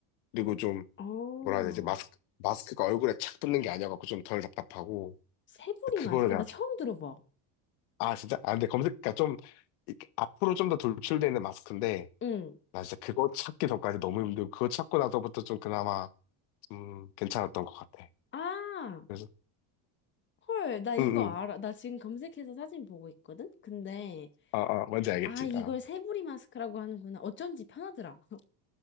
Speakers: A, on the left; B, on the left.
A: 그리고 좀
B: 어,
A: 뭐라 해야 되지? 마스크 마스크가 얼굴에 착 붙는 게 아니어갖고 좀 덜 답답하고
B: 새부리
A: 그거를
B: 마스크.
A: 내가
B: 나 처음 들어봐.
A: 아 진짜? 아 근데 검색 그러니까 좀 이렇게 앞으로 좀 더 돌출되는 마스크인데
B: 응.
A: 나 진짜 그거 찾기 전까지 너무 힘들고, 그거 찾고 나서부터 좀 그나마 좀 괜찮았던 것 같아.
B: 아,
A: 그래서,
B: 헐, 나 이거
A: 응, 응.
B: 알아. 나 지금 검색해서 사진 보고 있거든? 근데,
A: 아, 아, 뭔지 알겠지.
B: 아, 이걸
A: 아,
B: 새부리 마스크라고 하는구나. 어쩐지 편하더라. <laughs>